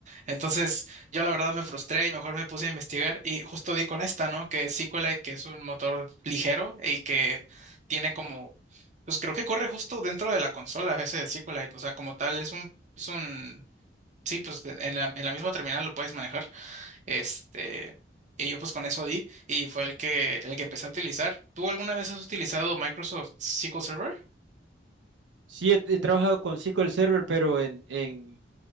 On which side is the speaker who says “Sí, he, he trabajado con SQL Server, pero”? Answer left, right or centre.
Right